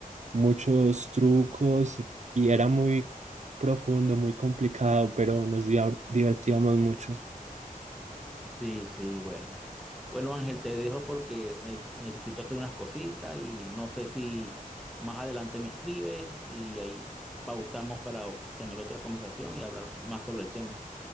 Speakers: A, on the right (about 50°); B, in the centre.
A: muchos trucos y, y era muy profundo, muy complicado, pero nos dia- divertíamos mucho.
B: Sí, sí, bueno. Bueno, Ángel, te dejo porque ne- necesito hacer unas cositas y no sé si más adelante me escribes y ahí pautamos para tener otra conversación y hablar más sobre el tema.